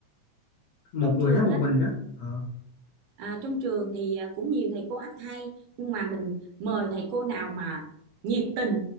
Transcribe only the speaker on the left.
một
người
hát
một mình đó ờ